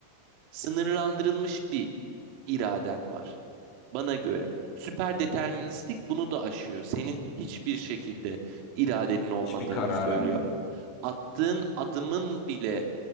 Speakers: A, on the right (about 50°); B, on the left (about 40°).
A: sınırlandırılmış bir iraden var. Bana göre. Süper deterministlik bunu da aşıyor. Senin hiçbir şekilde iradenin olmadığını
B: Hiçbir kararın
A: söylüyor.
B: yok.
A: Attığın adımın bile